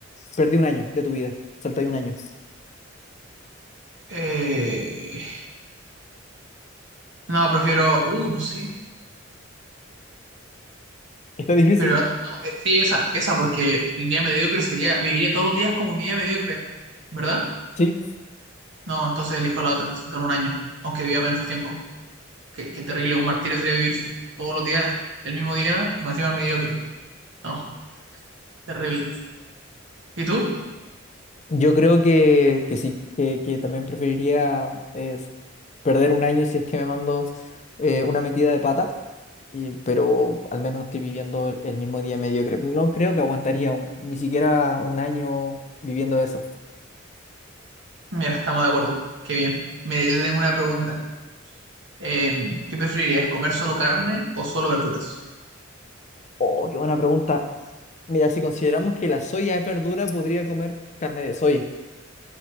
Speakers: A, on the left (about 35°); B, on the right (about 65°).
A: perdí un año de tu vida. Saltáis un año.
B: Eh, no, prefiero. Uh, no sé.
A: Está difícil,
B: Pero la- no, eh, sí, esa, esa, porque el día mediocre sería. Viviría todos los días como mi día mediocre, ¿verdad?
A: sí,
B: No, entonces elijo la otra, saltarme un año, aunque viva menos tiempo. Qué, qué terrible, un martirio sería vivir todos los días el mismo día y más encima mediocre. No, terrible. ¿Y tú?
A: Yo creo que, que sí, que, que también preferiría es, perder un año si es que me mando eh, una metida de pata, y, pero al menos no estoy viviendo el, el mismo día mediocre. No creo que aguantaría un- ni siquiera un año viviendo eso.
B: Mira, estamos de acuerdo. Qué bien. Mira, yo te tengo una pregunta. Eh, ¿qué preferirías, comer solo carne o solo verduras?
A: Oh, qué buena pregunta. Mira, si consideramos que la soya es verdura, podría comer carne de soya.